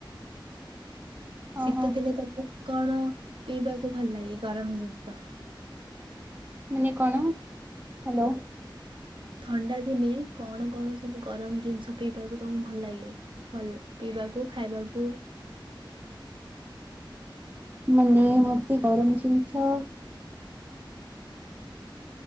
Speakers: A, on the right (about 75°); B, on the right (about 20°).
A: ଶୀତ
B: ଓହୋ
A: ଦିନେ ତମକୁ କଣ ପିଇବାକୁ ଭଲ ଲାଗେ ଗରମ ଜିନିଷ?
B: ମାନେ କଣ ହ୍ୟାଲୋ।
A: ଥଣ୍ଡା ଦିନେ କଣ କଣ ସବୁ ଗରମ ଜିନିଷ ପିଇବାକୁ ତମକୁ ଭଲ ଲାଗେ ଭଲ ପିଇବାକୁ ଖାଇବାକୁ।
B: ମାନେ ମୋତେ ଗରମ ଜିନିଷ।